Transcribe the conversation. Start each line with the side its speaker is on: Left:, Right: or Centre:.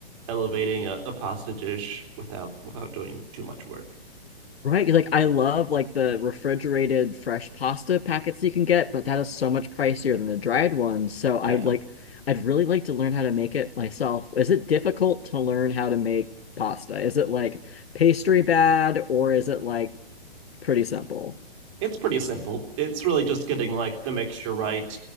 Right: elevating a, a pasta dish without without doing too much work.
Left: Right, Like I love like the refrigerated fresh pasta packets you can get, but that is so much pricier than the dried ones. So I
Right: Yeah.
Left: would like I'd really like to learn how to make it myself. Is it difficult to learn how to make pasta? Is it like pastry bad or is it like pretty simple?
Right: It's pretty simple. It's really just getting like the mixture right.